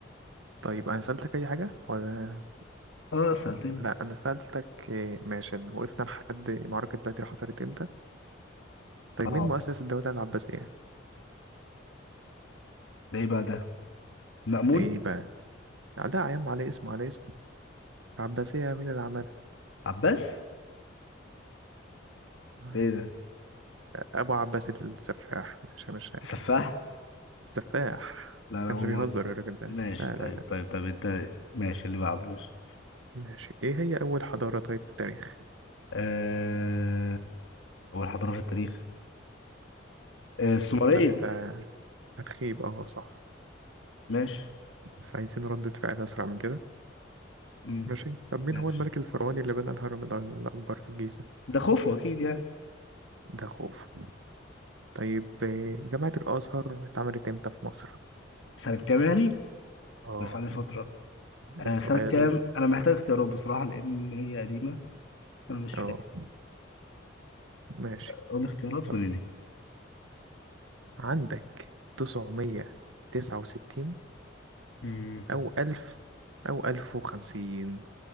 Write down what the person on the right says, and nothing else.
طيب انا سألتك اي حاجه ولا
لا انا سألتك إيه، ماشي وقفنا لحد معركه بدر حصلت امتى طيب
مين مؤسس الدوله العباسيه
ايه بقى لا يا عم على اسمه على اسمه العباسيه مين اللي
عملها
ابو عباس السفاح مش مش عارف
السفاح
كانش
بيهزر
الراجل ده
لا
لا لا
ماشي ايه هي اول حضارة طيب في التاريخ
لا انت هتخيب اه صح
بس عايزين ردة فعل اسرع من كده
ماشي طب مين
هو الملك الفرعوني اللي بنى الهرم الأ- الاكبر في الجيزة
ده خوف طيب آه، جامعة الازهر اتعملت امتى في مصر
اه
ده سؤال
اه
ماشي
طيب
عندك 969
او الف او الف وخمسين